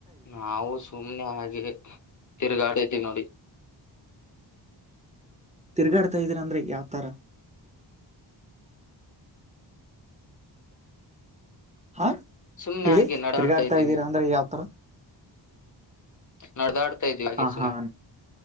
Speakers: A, on the left (about 40°); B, on the right (about 15°).
A: ನಾವು ಸುಮ್ನೆ ಹಾಗೆ ತಿರುಗಾಡತಿೀವಿ ನೋಡಿ
B: ತಿರ್ಗಾಡ್ತಾ ಇದ್ದೀರ ಅಂದ್ರೆ ಯಾವ್ತರ ಹಾ
A: ಸುಮ್ನೆ
B: ಹೇಳಿ
A: ಹಾಗೆ ನಡಾಡ್ತಾ
B: ತಿರ್ಗಾಡ್ತಾ
A: ಇದ್ದೀವಿ
B: ಇದ್ದೀರಾ ಅಂದ್ರೆ ಯಾವತರ
A: ನಡೆದಾಡ್ತಾ ಇದ್ವಿ ಹಾಗೆ
B: ಆಹಾ
A: ಸುಮ್ನೆ